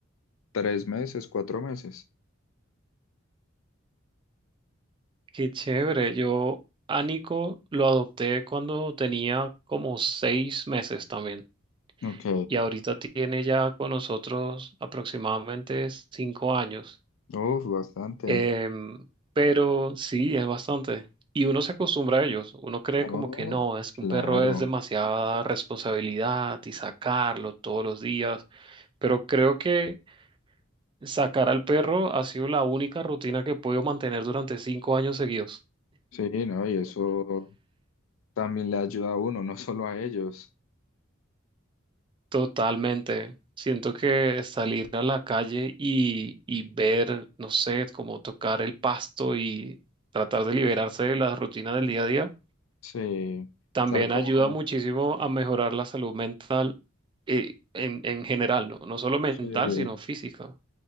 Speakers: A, on the left; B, on the right.
A: Tres meses, cuatro meses.
B: Qué chévere. Yo a Nico lo adopté cuando tenía como seis meses también.
A: Ok.
B: Y ahorita tiene ya con nosotros aproximadamente cinco años.
A: Uf, bastante.
B: Em, pero sí, es bastante. Y uno se acostumbra a ellos. Uno cree como
A: No,
B: que no, es que
A: claro.
B: un perro es demasiada responsabilidad y sacarlo todos los días. Pero creo que Sacar al perro ha sido la única rutina que he podido mantener durante cinco años seguidos.
A: Sí, no, y eso también le ayuda a uno, no <laughs> solo a ellos.
B: Totalmente. Siento que salir a la calle y, y ver, no sé, como tocar el pasto y tratar de liberarse de las rutinas del día a día,
A: Sí.
B: también
A: Estar como,
B: ayuda muchísimo a mejorar la salud mental eh, en, en general, ¿no? No solo mental,
A: sí.
B: sino física.